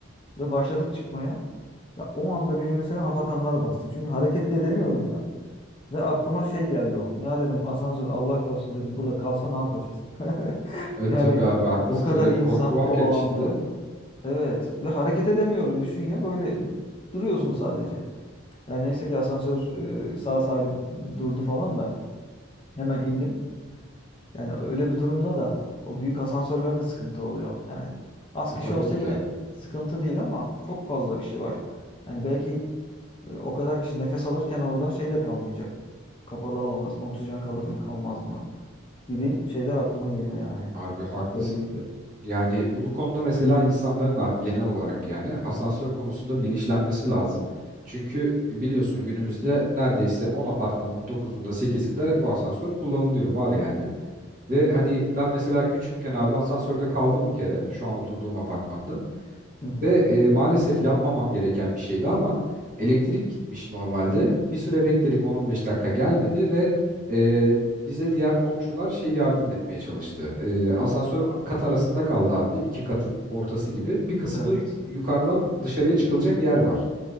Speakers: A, on the left; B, on the right.
A: Ve başladık çıkmaya. Ya o anda beni mesela hafakanlar bastı. Çünkü hareket de edemiyorum ya. Ve aklıma şey geldi o an. Ya dedim asansör Allah korusun dedim burada kalsa ne yapacağız? <laughs>
B: E
A: Yani
B: tabii abi haklısın.
A: o kadar
B: Öyle
A: insan
B: bir korku varken
A: o alanda.
B: içinde.
A: Evet ve hareket edemiyorum düşün ya böyle duruyorsun sadece. Yani neyse ki asansör e, sağ salim durdu falan da hemen indim. Yani öyle bir durumda da o büyük asansörlerde sıkıntı oluyor. Yani az
B: E
A: kişi
B: tabii
A: olsa
B: ki
A: yine
B: de.
A: sıkıntı değil ama çok fazla kişi var. Yani belki e, o kadar kişi nefes alırken orada şey de kalmayacak kapalı alandasın. Oksijen kalır mı kalmaz mı gibi şeyler aklıma geliyor yani.
B: Abi haklısın.
A: Öyle bir
B: Yani bu konuda mesela insanların abi genel olarak yani asansör konusunda bilinçlenmesi lazım. Çünkü biliyorsun günümüzde neredeyse 10 apartmanın 9'unda 8'inde bu asansör kullanılıyor var yani. Ve hani ben mesela küçükken abi asansörde kaldım bir kere şu an oturduğum apartmanda.
A: Hı hı.
B: Ve e, maalesef yapmamam gereken bir şeydi ama elektrik gitmiş normalde. Bir süre bekledik on on beş dakika gelmedi ve e, bize diğer komşular şey yardım etmeye çalıştı. E, asansör kat arasında kaldı abi. iki katın ortası gibi. Bir kısmı
A: Evet.
B: yukarıdan dışarıya çıkılacak yer var.